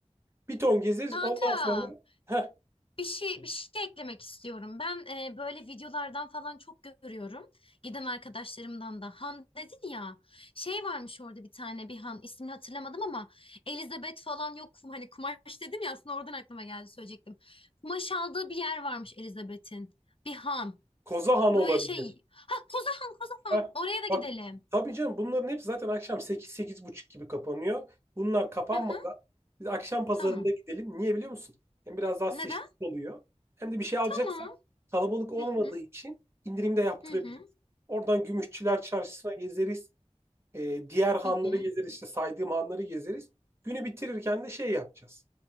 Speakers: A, on the right (about 20°); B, on the left (about 50°).
A: Bir ton gezeriz.
B: Kanka.
A: Ondan sonra heh,
B: Bir şey bir şey eklemek istiyorum. Ben e, böyle videolardan falan çok görüyorum. Giden arkadaşlarımdan da Han dedin ya. Şey varmış orada bir tane bir Han ismini hatırlamadım ama Elizabeth falan yok. Hani kumaş dedim ya aslında oradan aklıma geldi söyleyecektim. Kumaş aldığı bir yer varmış Elizabeth'in. Bir Han.
A: Koza Han olabilir.
B: Böyle şey. Ha Koza Han Koza Han.
A: Heh,
B: Oraya da gidelim.
A: Bak tabii canım bunların hepsi zaten akşam 8 buçuk gibi kapanıyor. Bunlar kapanmadan
B: Hı hı.
A: biz akşam pazarında
B: Tamam.
A: gidelim. Niye biliyor musun? Hem biraz daha
B: Neden?
A: seçtik oluyor. Hem de bir şey alacaksak
B: Tamam.
A: kalabalık olmadığı
B: Hı hı.
A: için indirimde yaptırabiliriz.
B: Hı hı.
A: Oradan Gümüşçüler Çarşısı'na gezeriz. Ee, diğer hanları
B: Hı hı.
A: gezeriz. işte saydığım hanları gezeriz. Günü bitirirken de şey yapacağız.